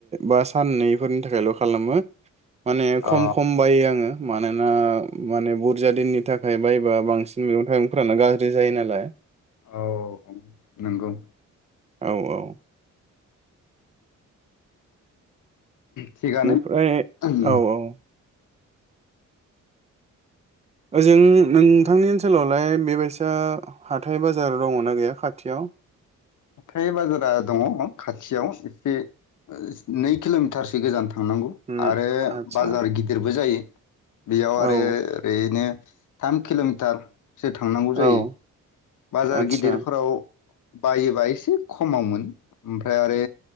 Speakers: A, on the right; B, on the left.
A: बा साननैफोरनि थाखायल' खालामो। माने
B: अ
A: खम खम बायो आङो मानोना माने बहुद <unintelligible> थाखाय बायोबा बांसिन मेगं थाइगं फोरानानो गाज्रि जायो नालाय
B: औ उम नंगौ।
A: औ औ
B: थिगानो
A: ओमफ्राय
B: उम
A: औ औ ओजों नोंथांनि ओनसोलावलाय बेबायसा हाथाय बाजार दङना गैया खाथियाव?
B: थाय बाजारा दङ खाथियाव एसे ओ नै किल'मिटारसो गोजान थांनांगौ
A: नो
B: आरो
A: आदसा
B: बाजार गिदिरबो जायो बेयाव आरो
A: औ
B: ओरैनो थाम किल'मिटार सो थांनांगौ जायो
A: औ
B: बाजार
A: आदसा
B: गिदिरफोराव बायोबा एसे खमावमोन ओमफ्राय आरो